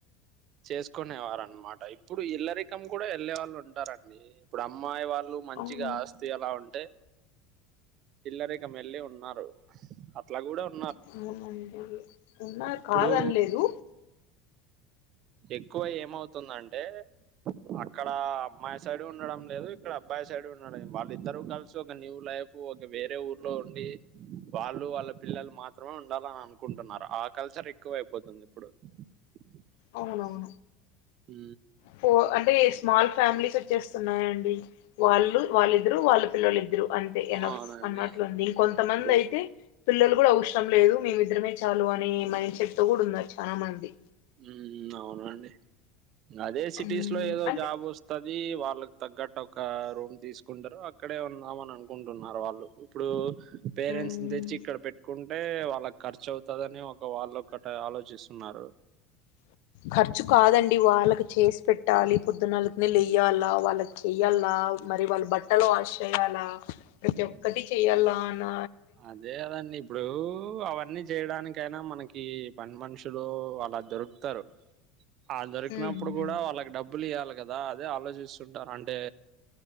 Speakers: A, on the right (about 45°); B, on the left (about 55°).
A: చేసుకునే వారు అనమాట ఇప్పుడు ఇల్ళ్లరికం కూడ వెళ్ళే వాళ్ళు ఉంటారండి ఇప్పుడు అమ్మాయి వాళ్ళు మంచిగా
B: అవును
A: ఆస్ తి అలా ఉంటే ఇల్లరికం ఎల్లి ఉన్నారు అట్లా కూడ ఉన్నా
B: అవునండి ఉన్నారు
A: ఇప్పుడు
B: కాదనలేదు
A: ఎక్కువ ఏమవుతుంది అంటే అక్కడ అమ్మాయి సైడ్ ఉండడం లేదు ఇక్కడ అబ్బాయి సైడ్ ఉండడం వాళ్ళ ఇద్దరు కలిసి ఒక న్యూ లైఫ్ క వేరే ఊర్లో ఉండి వాళ్ళు వాళ్ళ పిల్లలు మాత్రమే ఉండాలని అనుకుంటున్నారు ఆ కల్చర్ ఎక్కువ అయిపోతుంది ఇప్పుడు ఉమ్
B: అవునవును ఫో అంటే స్మాల్ ఫ్యామిలీస్ వచ్చేస్తున్నాయండి వాళ్ళు వాళ్ళిద్దరు వాళ్ళ పిల్లలు ఇద్దరు అంతే ఎన్నఫ్
A: అవునండి
B: అన్నట్లు ఉంది ఇంకొంతమంది
A: ఇప్పుడు
B: అయితే పిల్లలు కూడా అవసరం లేదు మేమిద్దరమే చాలు అనె మైండ్ సెట్ తో కూడా ఉన్నారు చానమంది
A: ఉ అవునండి అదే సిటీస్
B: ఉమ్,
A: లో ఏదో
B: అంటే
A: జాబ్ వస్ తది వాళ్ళకి తగ్గట్టు ఒక రూమ్ తీసుకుంటారు అక్కడే ఉందాం అని అనుకుంటున్నారు వాళ్ళు ఇప్పుడు పేరెంట్స్
B: ఉమ్,
A: నీ తెచ్చి ఇక్కడ పెట్టుకుంటే వాళ్ళకు ఖర్చు అవుతదని ఒక వాళ్ళు ఒకటె ఆలోచిస్తున్నారు
B: ఖర్చు కాదండి వాళ్ళకి చేసి పెట్టాలి పొద్దునాలకనే లేయ్యాలా వాళ్ళకి చెయ్యాల మరి వాళ్ళు బట్టలు వాష్ చేయాలా ప్రతి ఒక్కటి చెయ్యాల్ న
A: అదే కదా అండీ ఇప్పుడూ అవన్నీ చేయడానికి అయినా మనకి పని మనుషులు అలా దొరుకుతారు ఆ దొరికినప్పుడు
B: ఉమ్, ఉమ్,
A: కూడా వాళ్ళకి డబ్బు డబ్బులు ఇయాలి కదా అదే ఆలోచిస్తుంటారు అండే